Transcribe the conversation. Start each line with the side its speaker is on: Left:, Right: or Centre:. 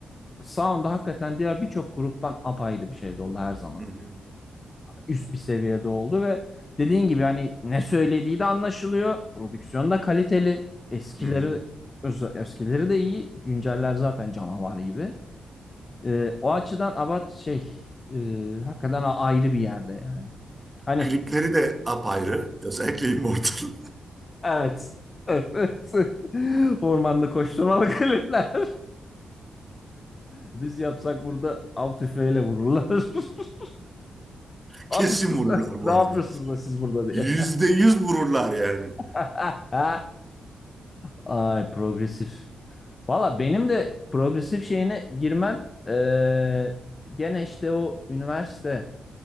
Left: Sound'u hakikaten diğer birçok gruptan apayrı bir şeyde oldu her zaman.
Right: Hı hı,
Left: Üst bir seviyede oldu ve dediğin gibi hani ne söylediği de anlaşılıyor. Prodüksiyon da kaliteli. Eskileri
Right: hı hı.
Left: eskileri de iyi. Günceller zaten canavar gibi. Ee, o açıdan Abat şey e, hakikaten ayrı bir yerde yani. Hani
Right: Klipleri de apayrı. Özellikle Immortal.
Left: evet evet <laughs> ormanda koşturmalı klipler. <laughs> Biz yapsak burada av tüfeğiyle vururlar. <laughs>
Right: <laughs> Kesin
Left: Ne yapıyorsunuz,
Right: vururlar bu
Left: ne
Right: arada.
Left: yapıyorsunuz da siz burada diye.
Right: Yüzde yüz vururlar yani.
Left: <laughs> Ay progresif. Valla benim de progresif şeyine girmem eee, gene işte o üniversite